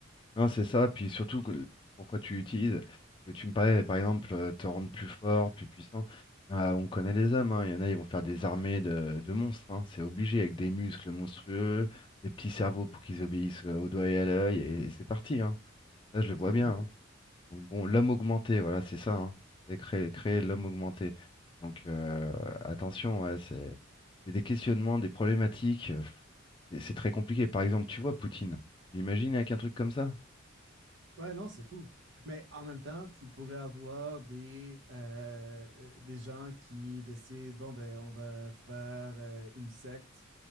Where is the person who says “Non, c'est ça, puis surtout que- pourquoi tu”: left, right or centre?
Left